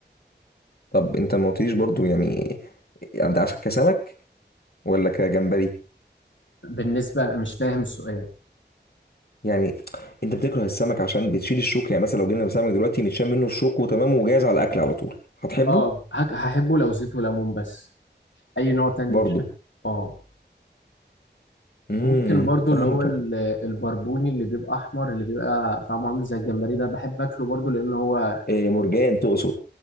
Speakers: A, on the left; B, on the left.
A: طب انت ما قلتليش برضو يعني يعني ده عشان كسمك ولا كجمبري
B: بالنسبه مش فاهم السؤال
A: يعني انت بتكره السمك عشان بتشيل الشوك يعني مثلا لو جينا سمك دلوقتي متشال منه الشوك وتمام وجاهز على الاكل على طول هتحبه
B: اه هك- هحبه لو زيت وليمون بس اي نوع تاني
A: برضو
B: مش أكل. اه
A: امم
B: ممكن برضو
A: فهمتك
B: اللي هو ال- البربوني اللي بيبقى احمر اللي بيبقى طعمه عامل زي الجمبري ده بحب اكله برضو لان هو
A: إيه مرجان تقصد